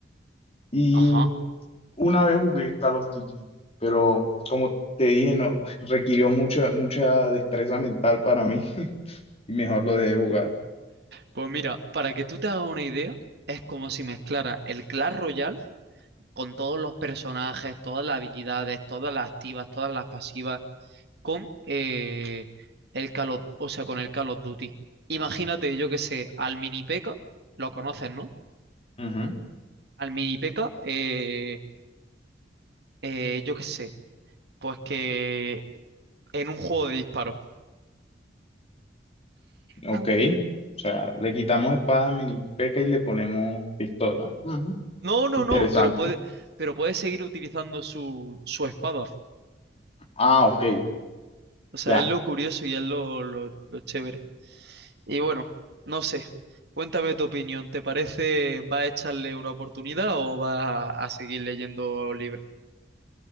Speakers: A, on the left; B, on the right.
A: Y
B: ajá.
A: una vez jugué Call of Duty, pero como te dije, no, <laughs> requirió mucha, mucha destreza mental para mí <laughs> y mejor lo dejé de jugar.
B: Pues mira, para que tú te hagas una idea, es como si mezclara el Clash Royale con todos los personajes, todas las habilidades, todas las activas, todas las pasivas, con eh, el Call of, o sea, con el Call of Duty. Imagínate, yo que sé, al Mini P.E.K.K.A, lo conoces, ¿no?
A: Ujú.
B: Al Mini P.E.K.K.A, eh, eh, yo que sé, pues que en un juego de disparos.
A: Ok,
B: Mm.
A: o sea, le quitamos espada a Mini P.E.K.K.A y le ponemos pistola. Ujú.
B: No, no,
A: Interesante.
B: no, pero puede, pero puede seguir utilizando su, su espada.
A: Ah, ok,
B: O sea,
A: ya.
B: es lo curioso y es lo, lo, lo chévere. Y bueno, no sé, cuéntame tu opinión. ¿Te parece, va a echarle una oportunidad o va a seguir leyendo libros?